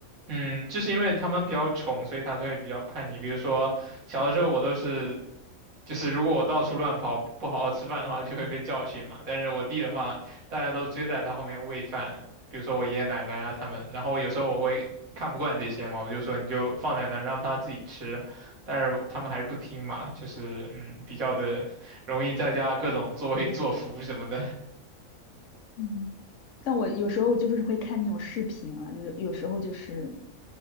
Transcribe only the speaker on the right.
嗯，就是因为他们比较宠，所以他才会比较叛逆。比如说，小的时候我都是，就是如果我到处乱跑，不好好吃饭的话，就会被教训嘛。但是我弟的话，大家都追在他后面喂饭，比如说我爷爷奶奶啊他们。然后有时候我会看不惯这些嘛，我就说你就放在那儿让他自己吃，但是他们还是不听嘛，就是嗯，比较的容易在家各种作威作福什么的